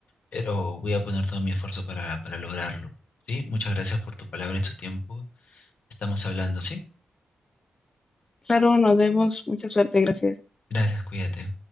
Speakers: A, on the left; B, on the left.
A: pero voy a poner todo mi esfuerzo para, para lograrlo. ¿Sí? Muchas gracias por tu palabra y tu tiempo. Estamos hablando, ¿sí?
B: Claro, nos vemos. Mucha suerte. Gracias.
A: Gracias, cuídate.